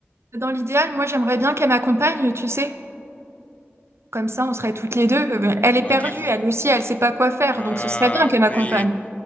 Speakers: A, on the right (about 70°); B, on the left (about 30°).
A: Dans l'idéal, moi, j'aimerais bien qu'elle m'accompagne. Tu sais, comme ça, on serait toutes les deux. Euh, Elle est perdue,
B: Ah, ok, vous.
A: elle aussi, elle sait pas quoi faire.
B: Ah
A: Donc, ce serait bien qu'elle m'accompagne.
B: oui.